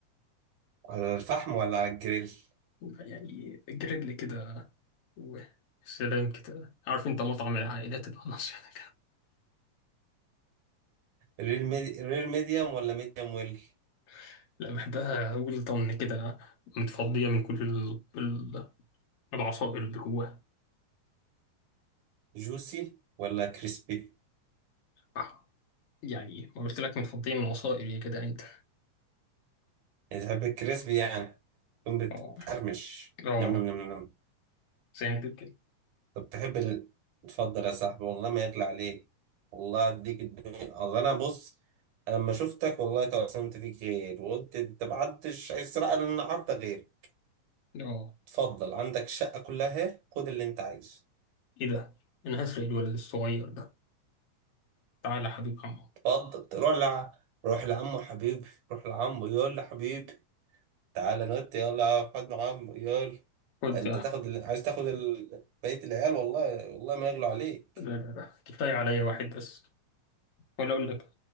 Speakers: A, on the right; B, on the left.
A: على الفحم ولا على الجريل
B: يعني جريل كده و سلام كده عارف انت مطعم العائلات العناصر ده كده
A: رير ميدي... رير ميديوم ولا ميديوم ويل
B: <laughs> لا بحبها ولطن كده متفضية من كل ال... ال- العصائر اللي جواها
A: جوسي ولا كريسبي
B: آه. يعني ما قلت لك متفضية من العصائر يا كده انت
A: يعني تحب الكريسبي يعني تكون بتقرمش
B: اه اه
A: نم نم نم نم
B: زي ما تقول كده
A: طب تحب ال... اتفضل يا صاحبي والله ما يطلع عليك والله اديك الدنيا اصل انا بص أنا لما شفتك والله توسمت فيك غير وقلت انت ما حدش هيسرق لنا النهارده غير
B: اه
A: اتفضل عندك الشقه كلها اهي خد اللي انت عايزه
B: ايه ده انا هسرق الولد الصغير ده تعالى يا حبيب عمو
A: اتفضل روح لع... روح لعمه حبيبي روح لعمه يقول له حبيبي تعالى نوت يلا يا احمد محمد يلا
B: خد
A: انت تاخد ال... عايز تاخد ال... بقية العيال والله والله ما يغلو عليك
B: لا لا لا كفاية عليا واحد بس ولا أقول لك